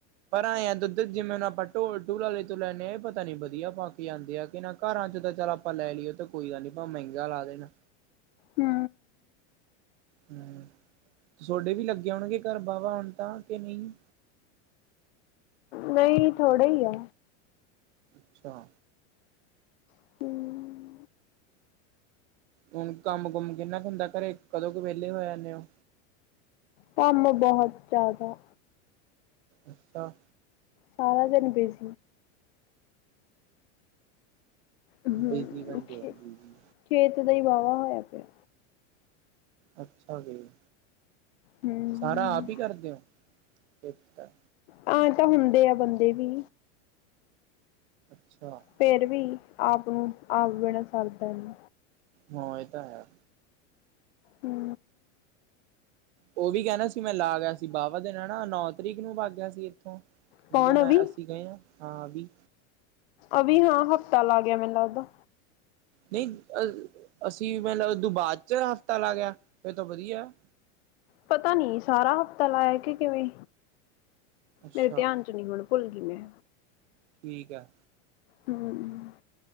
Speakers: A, on the right; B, on the left.
A: ਪਰ ਆਂਏ ਆ, ਦੁੱਧ ਜਿਵੇਂ ਆਪਾਂ ਢੋਲ-ਢੂਲ ਆਲੇ ਤੋ ਲੈਂਨੇ ਆ, ਇਹ ਪਤਾ ਨੀ ਵਧੀਆ ਪਾਕੇ ਆਂਦੇ ਆ ਕਿ ਨਾ ਘਰਾਂ'ਚ ਤਾਂ ਚੱਲ ਆਪਾਂ ਲੈ ਲੀਏ ਤੇ ਕੋਈ ਗੱਲ ਨੀ, ਭਾਮੇਂ ਮਹਿੰਗਾ ਲਾ ਦੇਣਾ।
B: ਹੂੰ
A: ਹੂੰ, ਸੋਡੇ ਵੀ ਲੱਗੇ ਹੋਣਗੇ ਘਰ ਬਾਹਵਾ ਹੁਣ ਤਾਂ, ਕਿ ਨਹੀਂ।
B: ਨਹੀਂ, ਥੋੜੇ ਹੀ ਆ।
A: ਅੱਛਾ।
B: ਹਮ
A: ਹੁਣ ਕੰਮ-ਕੁੰਮ ਕਿੰਨਾ ਕੁ ਹੁੰਦਾ ਘਰੇ, ਕਦੋਂ ਕੁ ਵਿਹਲੇ ਹੋ ਜਾਂਨੇੇ ਓ?
B: ਕੰਮ ਬਹੁਤ ਜ਼ਿਆਦਾ।
A: ਅੱਛਾ।
B: ਸਾਰਾ ਦਿਨ ਬਿਜ ਹਮ
A: ਬੀਜੀ ਰਹਿੰਦੇਂ ਆ, ਬੀਜੀ।
B: ਖੇਤ ਦਾ ਹੀ ਵਾਹਵਾ ਹੋਇਆ ਪਿਆ।
A: ਅੱਛਾ ਜੀ।
B: ਹਮ
A: ਸਾਰਾ ਆਪ ਈ ਕਰਦੇ ਓਂ, ਇੱਕ ਤਾ
B: ਆਂ, ਤਾਂ ਹੁੰਦੇ ਆ ਬੰਦੇ ਵੀ।
A: ਅੱਛਾ।
B: ਫਿਰ ਵੀ ਆਪ ਨੂੰ, ਆਪ ਬਿਣਾ ਸਰਦਾ ਨੀ।
A: ਹਾਂ, ਇਹ ਤਾ ਹੈ।
B: ਹੂੰ।
A: ਉਹ ਵੀ ਕਹਿਣਾ ਸੀ ਮੇੈ ਲਾਗਿਆ ਸੀ, ਬਾਹਵਾ ਦਿਨ ਹਨਾ, ਨੌ ਤਰੀਕ ਨੂੰ ਬਾਗ ਗਿਆ ਸੀ, ਇੱਥੋਂ।
B: ਕੌਣ
A: ਜਦੋਂ ਮੈਂ
B: ਅਵੀ
A: ਅਸੀਂ ਗਏ ਆਂ, ਹਾਂ ਵੀ।
B: ਅਵੀ ਹਾਂ, ਹਫ਼ਤਾ ਲਾਗਿਆ ਮੈਨੁ ਲਗਦਾ।
A: ਨਹੀਂ, ਅ ਅਸੀਂ ਮਤਲਬ ਏਦੋਂ ਬਾਅਦ'ਚ ਹਫ਼ਤਾ ਲਾਗਿਆ, ਫਿਰ ਤਾ ਵਧੀਆ।
B: ਪਤਾ ਨੀ ਸਾਰਾ ਹਫ਼ਤਾ ਲਾਇਆ ਕੇ ਕਿਵੇਂ,
A: ਅੱਛਾ
B: ਮੇਰੇ ਧਿਆਨ'ਚ ਨੀ ਹੁਣ। ਭੁੱਲਗੀ ਮੈ।
A: ਠੀਕ ਆ।
B: ਹੂੰ,